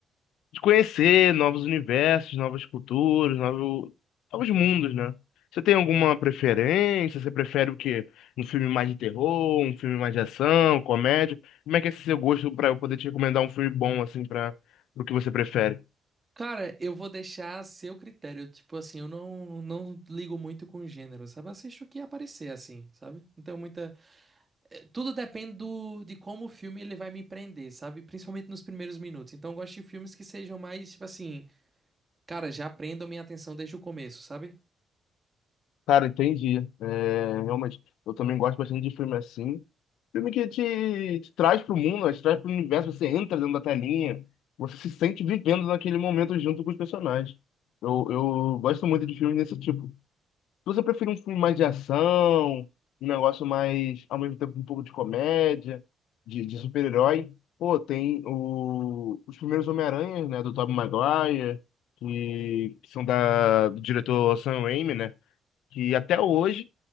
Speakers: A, on the left (about 85°); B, on the right (about 25°).
A: de conhecer novos universos, novas culturas, novo, novos mundos, né? Você tem alguma preferência? Você prefere o quê? Um filme mais de terror, um filme mais de ação, comédia? Como é que é esse seu gosto pra eu poder te recomendar um filme bom, assim, para o que você prefere?
B: Cara, eu vou deixar a seu critério. Tipo assim, eu não, não ligo muito com gênero, sabe? Assisto o que aparecer, assim, sabe? Não tenho muita. Tudo depende do, de como o filme ele vai me prender, sabe? Principalmente nos primeiros minutos. Então eu gosto de filmes que sejam mais, tipo assim, cara, já prendam minha atenção desde o começo, sabe?
A: Cara, entendi. É, realmente, eu também gosto bastante de filme assim. Filme que te, te traz pro mundo, né? te traz pro universo, você entra dentro da telinha, você se sente vivendo naquele momento junto com os personagens. Eu, eu gosto muito de filmes desse tipo. Você prefere um filme mais de ação, um negócio mais, ao mesmo tempo, um pouco de comédia, de, de super-herói? Pô, tem o, os primeiros Homem-Aranhas, né, do Tobey Maguire, que, que são da, do diretor Sam Raimi, né, que até hoje,